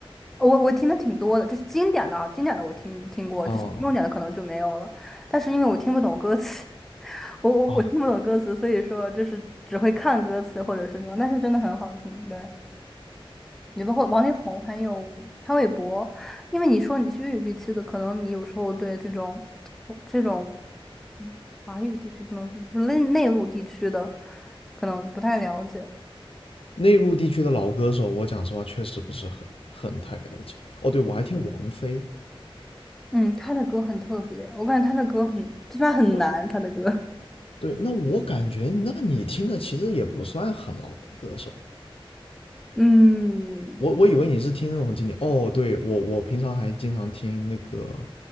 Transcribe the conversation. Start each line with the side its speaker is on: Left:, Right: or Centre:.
Centre: 我我听的挺多的，就是经典的啊，经典的我听听过，
Left: 啊、
Centre: 就是重点的可能就没有了。
Left: 啊。
Centre: 但是因为我听不懂歌词，<laughs> 我我我听不懂歌词，
Left: 哦
Centre: 所以说就是只会看歌词或者是什么，但是真的很好听。对，你包括王力宏还有潘玮柏，因为你说你是粤语地区的，可能你有时候对这种这种嗯华语地区不能就是内内陆地区的可能不太了解。
Left: 内陆地区的老歌手，我讲实话确实不是很很太了解。哦，对，我还听王菲。
Centre: 嗯，他的歌很特别，我感觉他的歌很，虽然很难，
Left: 那
Centre: 他的歌。
Left: 对，那我感觉，那你听的其实也不算很老的歌手啊。
Centre: 嗯，
Left: 我我以为你是听那种经典。哦，对，我我平常还经常听那个